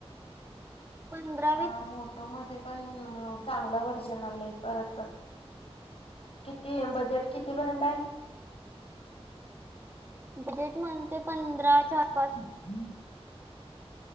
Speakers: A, on the right; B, on the left.
A: पंधरा
B: हा
A: वीस
B: मोटो मध्ये पण चांगलं व्हर्जन आलंय परत. किती बजेट कितीपर्यंत आहे?
A: बजेट म्हणते पंधराच्या आस पास
B: हम् <unintelligible>